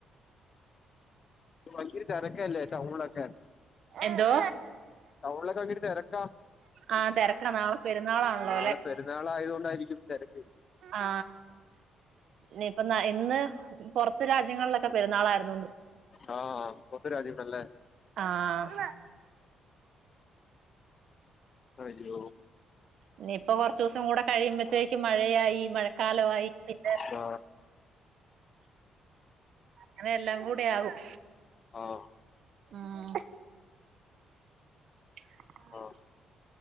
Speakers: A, on the left; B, on the right.
A: ഭയങ്കര തെരക്കല്ലെ ടൗണിലൊക്കെ
B: എന്തോ
A: ടൗണിലൊക്കെ ഭയങ്കര തെരക്കാ
B: ആ തെരക്ക നാളെ പെരുന്നാളാണല്ലോ
A: നാളെ പെരുന്നാളായതുകൊണ്ടായിരിക്കും തെരക്ക്
B: ആ ഇനി ഇപ്പൊ ഇന്ന് പുറത്ത് രാജ്യങ്ങളിലൊക്കെ പെരുന്നാളായിരുന്നൂന്ന്
A: ആ ആ പുറത്തെ രാജ്യങ്ങളല്ലേ
B: ആ ആഹ്
A: ആയില്ലോ
B: ഇനിയിപ്പൊ കുറച്ച് ദിവസം കൂടെ കഴിയുമ്പഴത്തേക്ക് മഴ് മഴയായി മഴക്കാലമായി പിൻ
A: ആ
B: അങ്ങനെ എല്ലാം കൂടെ ആകും
A: ആഹ്
B: ഉം ആ
A: ആഹ്